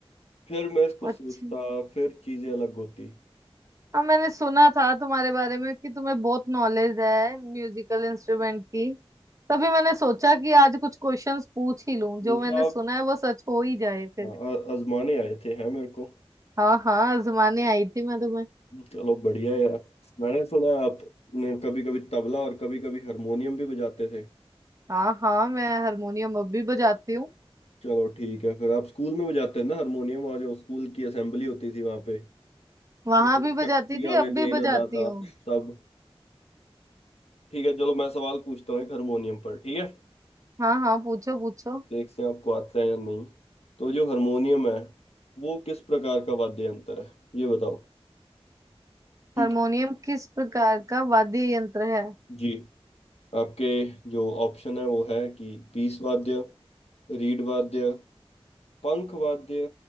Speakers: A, on the left; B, on the right.
A: फिर मैं इसको सोचता
B: अच्छा
A: फिर चीजें अलग होती
B: हाँ मैंने सुना था तुम्हारे बारे में कि तुम्हें बहुत नॉलेज है म्यूजिकल इंस्ट्रूमेंट की तभी मैंने सोचा कि आज कुछ क्वेश्चंस पूछ ही लूं जो
A: उनका
B: मैंने सुना
A: आप
B: है वो सच हो ही जाए फिर
A: हाँ, आ- आजमाने आए थे हैं मेरे को
B: हाँ हाँ आजमाने आई थी मैं तुम्हें
A: चलो बढ़िया है यार मैंने सुना है आप कभी कभी तबला और कभी कभी हारमोनियम भी बजाते थे
B: हाँ हाँ मैं हारमोनियम अब भी बजाती हूँ
A: चलो ठीक है फिर आप स्कूल में बजाते थे ना हारमोनियम और जो स्कूल की असेंबली होती थी वहां पे कि
B: वहां
A: तू
B: भी बजाती
A: शक्ति हमें
B: थी अब
A: देना
B: भी बजाती
A: दाता
B: हूँ
A: सब ठीक है चलो मैं सवाल पूछता हूँ एक हारमोनियम पर ठीक है
B: हाँ हाँ पूछो पूछो
A: देखते हैं आपको आता है या नहीं तो जो हारमोनियम है वो किस प्रकार का वाद्य यंत्र है ये बताओ ठीक
B: हारमोनियम
A: है
B: किस प्रकार का वाद्य यंत्र है
A: जी आपके जो ऑप्शन है वो है कि पीस वाद्य रीड वाद्य पंख वाद्य